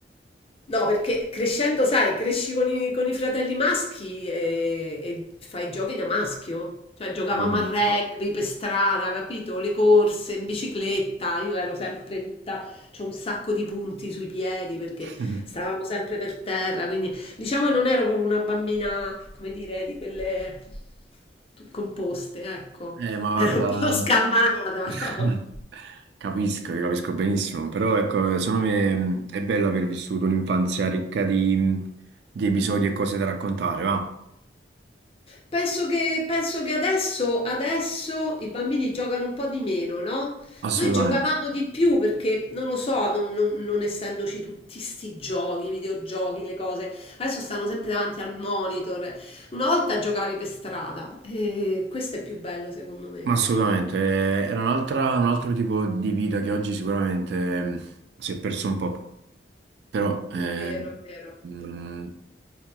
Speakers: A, on the left; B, on the right.
A: No, perché crescendo, sai, cresci con i, con i fratelli maschi e, e fai giochi da maschio. Cioè, giocavamo
B: Come no?
A: a rugby per strada, capito? Le corse in bicicletta. Io ero sempre. in tutta- C'ho un sacco di punti sui piedi perché
B: <laughs>
A: stavamo sempre per terra. Quindi, diciamo, che non ero proprio una bambina, come dire, di quelle tu- composte, ecco.
B: Eh, ma guarda...
A: <laughs> Ero un po' scalmanata.
B: <laughs> Capisco, io capisco benissimo, però ecco, eh, secondo me mh, è bello aver vissuto un'infanzia ricca di, mh, di episodi e cose da raccontare, va?
A: Penso che, penso che adesso, adesso i bambini giocano un po' di meno, no?
B: Assolutamente.
A: Noi giocavamo di più perché, non lo so, non, non- non essendoci tutti sti giochi, videogiochi, le cose, adesso stanno sempre davanti al monitor. Una volta giocavi per strada e questo è più bello secondo me.
B: Ma assolutamente, eh, era un'altra- un altro tipo di vita che oggi sicuramente mh, si è perso un po', però
A: È
B: eh,
A: vero, è vero.
B: mh,